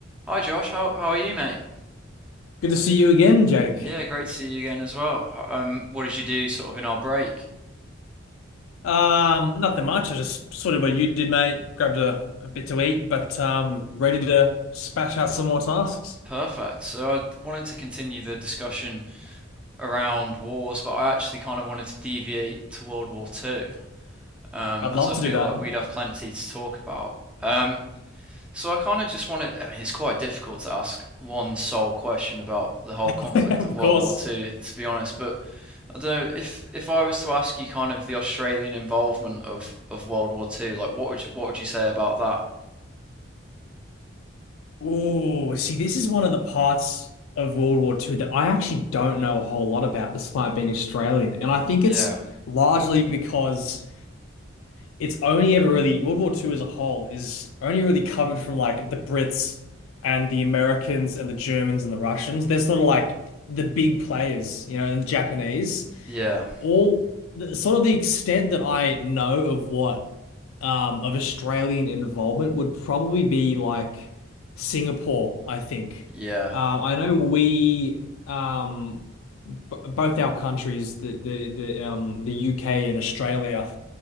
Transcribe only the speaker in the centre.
Hi Josh, how how are you, mate?
Yeah, great to see you again as well. Um, what did you do sort of in our break?
Perfect. So I wanted to continue the discussion around wars, but I actually kind of wanted to deviate to World War Two, um,
as I
feel
like we'd have plenty to talk about. Um, So I kind of just wanted. I mean, it's quite difficult to ask one sole question about the whole conflict
of World
War Two, to be honest. But I don't know if if I was to ask you kind of the Australian involvement of of World War Two, like what would you, what would you say about that?
Yeah,
yeah,
yeah.